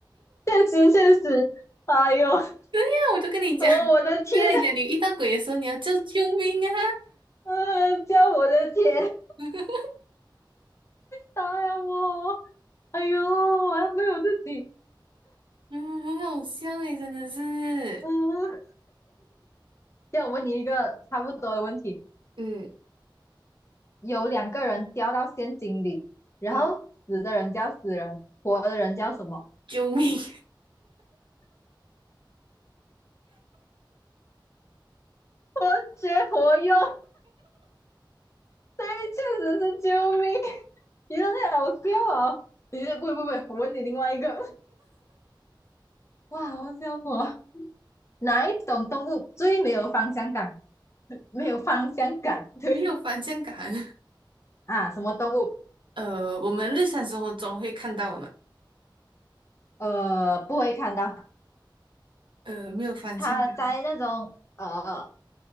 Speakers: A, on the left; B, on the right.
A: 现实现实，哎呦，什
B: 那我就跟你讲，
A: 么我的天，
B: 我就跟你讲，你遇到鬼的时候你要叫救命啊！
A: 嗯、呃叫我的天，
B: <laughs>
A: 答呀我，哎呦，我还没有自己，
B: 嗯，很好笑诶，真的是，
A: 嗯，这样我问你一个差不多的问题。
B: 嗯
A: 有两个人掉到陷阱里，然后死的人叫死人，
B: 嗯，
A: 活的人叫什么？
B: 救命，
A: 活学活用，确实是救命！你说那好笑哦。你这不不不，我问你另外一个，哇，好笑死我！哪一种动物最没有方向感？没有方向感，
B: <laughs>
A: 对
B: 没有方向感。
A: 啊，什么动物？
B: 呃，我们日常生活中会看到我们，
A: 呃，不会看到，
B: 呃，没有方向感，
A: 它在那种呃，